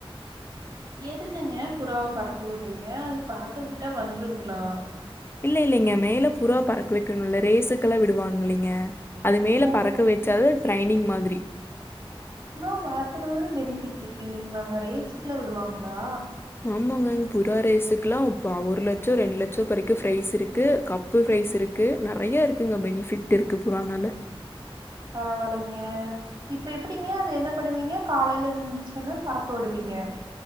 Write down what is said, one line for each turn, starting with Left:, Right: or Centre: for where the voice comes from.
Right: எதுக்குங்க புறாவ பறக்க வுட்றீங்க அது பறக்க விட்டா வந்துருங்ளா
Left: இல்லே இல்லேங்க மேல புறா பறக்க வைக்கணும்ல்ல ரேசுக்கெல்லா விடுவாங் இல்லேங்க அது மேல
Right: ஓ
Left: பறக்க வச்சாலு ட்ரைனிங் மாதிரி
Right: புராவ வளர்த்துற பெனிபிட் இருக்கு இல்லங்கள அங்க ரேசுக்குல்லா விடுவாங்ளா
Left: ஆமாங்கங் புறா ரேசுக்குல்லா இப்ப ஒரு லட்சோ ரெண்டு லட்சோ வரைக்கு ப்ரைஸ் இருக்கு கப் போ ப்ரைஸ் இருக்கு நெறைய இருக்குங்க பெனிஃபிட் இருக்கு புறானால
Right: பரவால்லைங்க இப்ப எப்படிங்க அது என்ன பண்ணுவீங்க காலைல எந்சோச்ன்ன பறக்க விடுவீங்க